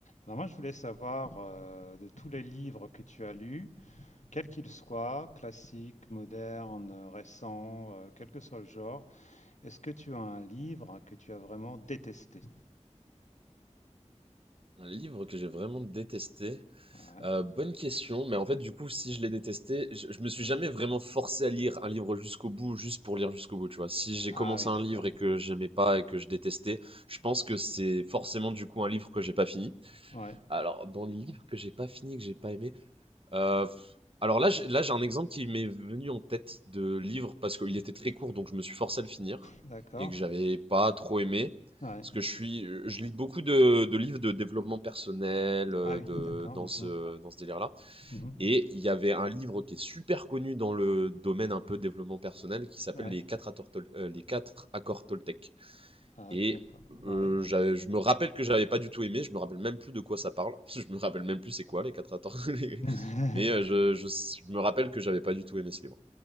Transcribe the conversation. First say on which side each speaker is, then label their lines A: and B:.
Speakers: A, on the left (about 80°); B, on the right (about 50°).
A: Alors moi, je voulais savoir euh, de tous les livres que tu as lus, quels qu'ils soient, classiques, modernes, euh, récents, euh, quel que soit le genre, est-ce que tu as un livre que tu as vraiment détesté?
B: Un livre que j'ai vraiment détesté.
A: Ouais.
B: Euh, bonne question, mais en fait, du coup, si je l'ai détesté, je, je me suis jamais vraiment forcé à lire un livre jusqu'au bout, juste pour lire jusqu'au bout, tu vois. Si j'ai
A: Ah
B: commencé
A: oui,
B: un
A: d'accord.
B: livre et que j'aimais pas et que je détestais, je pense que c'est forcément du coup un livre que j'ai pas fini.
A: Ouais,
B: Alors, dans les livres que j'ai pas fini, que j'ai pas aimé, euh, alors là, j'ai- là, j'ai un exemple qui m'est venu en tête de livre parce qu'il était très court, donc je me suis forcé à le finir
A: d'accord.
B: et que j'avais pas trop aimé.
A: Ouais.
B: Parce que je suis, euh, je lis beaucoup de, de livres de développement personnel, euh,
A: Ah oui,
B: de,
A: d'accord.
B: dans ce, dans ce délire-là.
A: mhm, mhm.
B: Et il y avait un livre qui est super connu dans le domaine un peu développement personnel qui s'appelle
A: Ouais.
B: Les quatre accords, Tol- euh, Les quatre accords Toltec.
A: Ah,
B: Et
A: je connais pas. Ouais.
B: heu, j'avais je me rappelle que j'avais pas du tout aimé, je me rappelle même plus de quoi ça parle. <laughs> Je me rappelle même plus c'est quoi les quatre accords, <laughs>
A: <laughs>
B: mais heu, je je je me rappelle que j'avais pas du tout aimé ce livre.